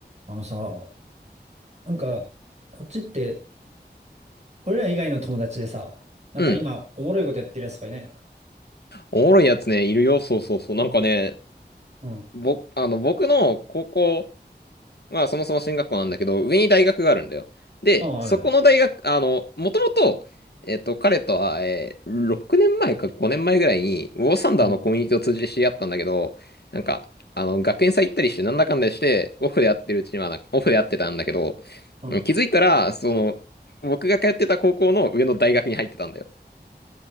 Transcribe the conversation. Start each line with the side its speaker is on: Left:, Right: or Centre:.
Right: あのさ、なんか、こっちって、俺ら以外の友達でさ、なんか今、
Left: うん。
Right: おもろいことやってるやつとかいないの
Left: おもろいやつね、いるよ。そうそうそう。なんかね、
Right: うん。
Left: ぼ、あの、僕の高校、まあそもそも進学校なんだけど、上に大学があるんだよ。で、
Right: ああ、
Left: そこの大学、
Right: あるね。
Left: あの、もともと、えっと、彼とは、えー、6年前か5年前ぐらいに、ウォーサンダーのコミュニティを通じて知り合ったんだけど、
Right: うん。
Left: なんか、あの、学園祭行ったりして、なんだかんだして、オフで会ってるうちにはな、オフで会ってたんだけど、
Right: うん。
Left: 気づいたら、その、僕が通ってた高校の上の大学に入ってたんだよ。